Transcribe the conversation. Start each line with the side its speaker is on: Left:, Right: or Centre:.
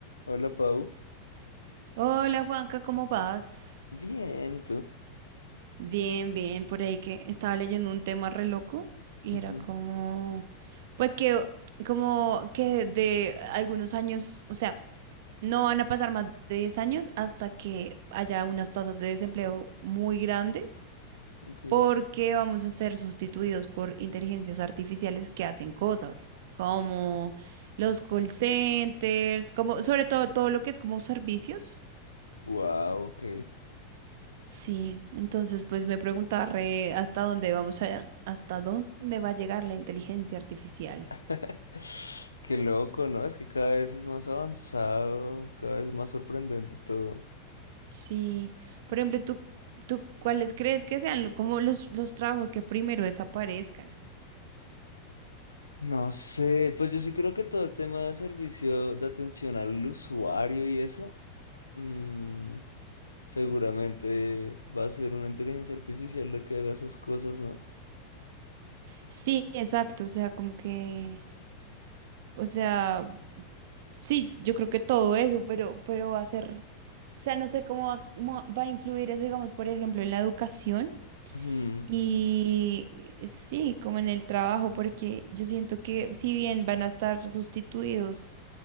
Left: Hola, Pau.
Right: Hola Juanca, ¿cómo vas?
Left: Bien, ¿y tú?
Right: Bien, bien, por ahí que estaba leyendo un tema re loco y
Left: Ujú,
Right: era como, pues que, como que de algunos años, o sea, no van a pasar más de 10 años hasta que haya unas tasas de desempleo muy grandes
Left: ok.
Right: porque vamos a ser sustituidos por inteligencias artificiales que hacen cosas como los call centers, como sobre todo todo lo que es como servicios.
Left: Wow, ok.
Right: Sí, entonces pues me preguntaba re hasta dónde vamos a, hasta dónde va a llegar la inteligencia artificial.
Left: <laughs> Qué loco, ¿no? Es que cada vez es más avanzado, cada vez es más sorprendente todo.
Right: Sí, por ejemplo, ¿tú, tú cuáles crees que sean lo- como los, los trabajos que primero desaparezcan?
Left: No sé, pues yo sí creo que todo el tema de servicio de atención al usuario y eso, mm, seguramente va a ser una inteligencia artificial la que haga esas cosas, ¿no?
Right: Sí, exacto, o sea, como que, o sea, sí, yo creo que todo eso, pero, pero va a ser, o sea, no sé cómo va, cómo va a influir eso, digamos, por ejemplo, en la educación.
Left: Ujú,
Right: Y sí, como en el trabajo, porque yo siento que si bien van a estar sustituidos